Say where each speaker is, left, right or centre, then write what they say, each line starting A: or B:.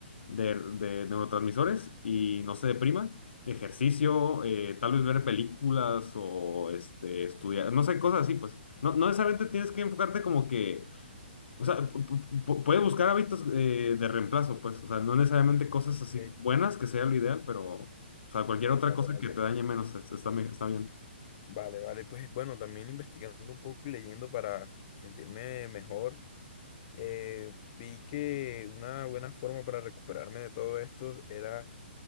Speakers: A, on the left (about 65°); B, on the left (about 40°).
A: de, de neurotransmisores y no se deprima. Ejercicio, eh, tal vez ver películas o este, estudiar, no sé, cosas así, pues. No, no necesariamente tienes que enfocarte como que, o sea, pu- pu- pu- puedes buscar hábitos eh, de reemplazo, pues, o sea, no necesariamente cosas así
B: Ey,
A: buenas, que sea lo ideal, pero, o sea, cualquier otra
B: vale,
A: cosa
B: vale.
A: que te dañe menos, es- está, bien- está bien.
B: Vale, vale, pues bueno, también investigando un poco y leyendo para sentirme mejor, eh, vi que una buena forma para recuperarme de todo esto era